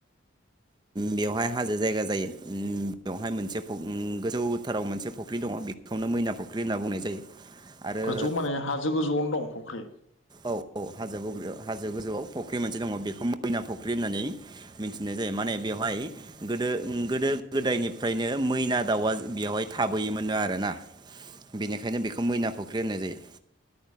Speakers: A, on the right; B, on the left.
A: बेवहाय हाजो जायगा जायो ओम बेवहाय मोनसे फु ओ गोजौथाराव मोनसे फख्रि दङ बेखौनो मैना फख्रि होनना बुंनाय जायो। आरो
B: गोजौ माने हाजो गोजौआवनो दं फुख्रि
A: औ औ हाजो हाजो गुदियाव हाजो गोजौआव फख्रि मोनसे दङ बेखौ मैना फुख्रि होननानै मिथिनाय जायो माने बेवहाय गोदो उम गोदो गोदायनिफ्रायनो मैना दाउआ बेवहाय थाबोयोमोननो आरो ना बेनिखायनो बेखौ मैना फुख्रि होननाय जायो।